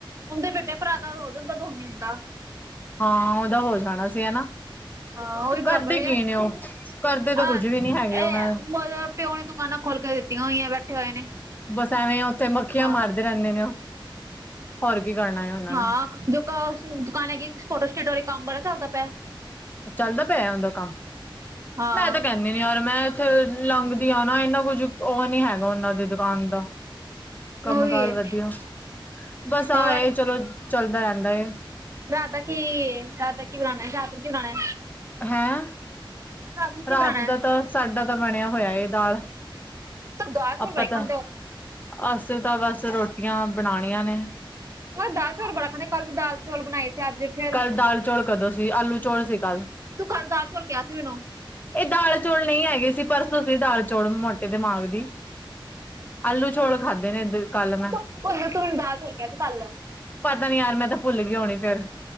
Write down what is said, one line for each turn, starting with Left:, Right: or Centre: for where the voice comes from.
Right: ਓਦੇ ਵੱਡੇ ਭਰਾ ਦਾ ਓਦੋ ਤੋਂ ਨੀ ਹੁੰਦਾ।
Left: ਹਾਂ ਓਦਾ ਹੋ ਜਾਨਾ ਸੀ ਹਨਾ।
Right: ਹਾਂ ਉਹੀ
Left: ਕਰਦੇ
Right: ਬਰਾਬਰ
Left: ਕੀ ਨੇ ਉਹ ਕਰਦੇ ਤਾਂ
Right: ਆਹ
Left: ਕੁੱਝ ਵੀ ਨੀ ਹੈਗੇ
Right: ਏ
Left: ਉਹ ਮੈਂ
Right: ਪਿਓ ਨੇ ਤੇ ਦੁਕਾਨਾਂ ਖੋਲ ਕੇ ਦਿੱਤੀਆਂ ਹੋਈਆਂ ਬੈਠੇ ਹੋਏ ਨੇ।
Left: ਬਸ ਐਵੇਂ ਓਥੇ ਮੱਖੀਆਂ
Right: ਹਾਂ।
Left: ਮਾਰਦੇ ਰੈਦੇ ਨੇ ਉਹ ਹੋਰ ਕੀ ਕਰਨਾ ਉਨਾਂ ਨੇ।
Right: ਹਾਂ ਜੋ ਦੁਕਾਨ ਹੈਗੀ ਫੋਟੋ ਸਟੇਟ ਵਾਲੀ ਕੰਮ ਬੜਾ ਚਲਦਾ ਪਿਆ।
Left: ਚੱਲਦਾ ਪਿਆ ਉਦਾ ਕੰਮ,
Right: ਹਾਂ।
Left: ਮੈਂ ਤਾਂ ਕਹਿਣੀ ਨੀ ਯਾਰ ਮੈਂ ਇੱਥੇ ਲੰਘਦੀ ਆਂ ਨਾ ਇੰਨਾ ਕੁੱਝ ਓ ਨੀ ਹੈਗਾ ਉਨਾਂ ਦੀ ਦੁਕਾਨ ਦਾ ਕੰਮ-ਕਾਰ
Right: ਉਹੀ ਹੈ
Left: ਵਧੀਆ ਬਸ ਆਹ
Right: ਹੋਰ
Left: ਏ ਚਲੋ ਚੱਲਦਾ ਰੈਦਾ ਏ।
Right: ਰਾਤ ਦਾ ਕੀ ਰਾਤ ਦਾ ਕੀ ਬਣਾਣਾ ਰਾਤ ਨੂੰ ਕੀ ਬਣਾਣਾ?
Left: ਹੈਂ?
Right: ਨੂੰ ਕੀ
Left: ਰਾਤ ਦਾ
Right: ਹੈ
Left: ਤਾਂ ਸਾਡਾ ਤਾਂ ਬਣਿਆ ਹੋਇਆ ਏ ਦਾਲ,
Right: ਤੂੰ ਦਾਲ ਚੌਲ
Left: ਆਪਾਂ
Right: ਬੜੇ
Left: ਤਾਂ
Right: ਖਾਂਦੇ ਹੋ।
Left: ਅਸੀਂ ਤਾਂ ਬਸ ਰੋਟੀਆਂ ਬਣਾਣੀਆਂ ਨੇ।
Right: ਓ ਦਾਲ ਚੌਲ ਬੜਾ ਖਾਂਦੇ ਕੱਲ ਵੀ ਦਾਲ ਚੌਲ ਬਣਾਏ ਸੀ ਅੱਜ ਫਿਰ
Left: ਕੱਲ ਦਾਲ ਚੌਲ ਕਦੋਂ ਸੀ ਆਲੂ ਚੌਲ ਸੀ ਕੱਲ।
Right: ਤੂੰ ਕੱਲ ਦਾਲ ਚੌਲ ਕੇਆ ਸੀ ਮੈਨੂੰ।
Left: ਏ ਦਾਲ ਚੌਲ ਨਈ ਹੈਗੇ ਸੀ ਪਰਸੋਂ ਸੀ ਦਾਲ ਚੌਲ ਮੋਟੇ ਦਿਮਾਗ ਦੀ। ਆਲੂ ਚੋਲ ਖਾਧੇ ਨੇ ਕੱਲ ਮੈਂ।
Right: ਉਹਨੂੰ ਤੂੰ ਮੈਨੂੰ ਦਾਲ ਚੌਲ ਕਿਹਾ ਸੀ ਕੱਲ ਹਾਂ
Left: ਪਤਾ ਨੀ ਯਾਰ ਮੈਂ ਤਾਂ ਭੁੱਲ ਗਈ ਹੋਣੀ ਫੇਰ,